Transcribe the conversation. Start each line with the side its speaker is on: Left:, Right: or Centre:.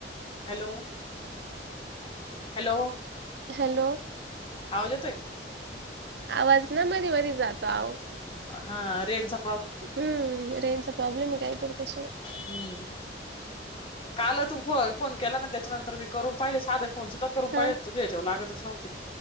Left: Hello, hello.
Right: हॅलो.
Left: आवाज येतोय का?
Right: आवाज ना मध्ये मध्ये जातो आहो.
Left: हा रेनचा
Right: हम्म रेनज चा प्रॉब्लेम हाय काय तरी तश.
Left: हम्म, काल तू फ फोन केला ना त्याच्यानंतर मी करून पाहिले साधे फोन सुधा करून पाहि
Right: हा
Left: तुझ्या याच्यावर लागतच नव्हते.